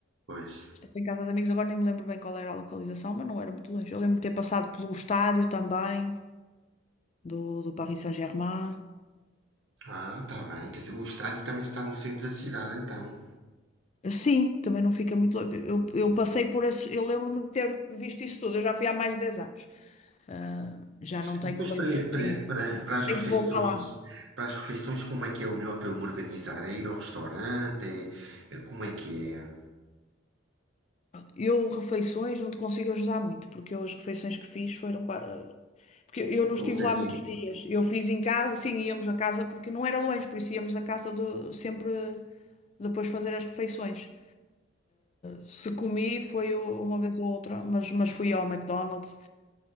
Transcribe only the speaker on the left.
Estava em casa de amigos, agora nem me lembro bem qual era a localização, mas não era muito longe. Eu lembro-me de ter passado pelo estádio também, do, do Paris Saint-Germain.
Sim, também não fica muito longe. Eu,
eu passei por isso eu lembro-me de ter visto isso tudo, eu já fui há mais de 10 anos. Ah, já não tenho
bem,
pre-
tenho,
tenho
que voltar lá.
Eu, refeições, não te consigo ajudar muito, porque eu, as refeições que fiz foram. qua- ah, Porque eu
não
estive
lá muitos dias. Eu fiz em casa, sim, íamos a casa, porque não era longe, por isso íamos a casa do, sempre depois fazer as refeições. Se comi, foi u- uma vez ou outra, mas, mas fui ao McDonald's.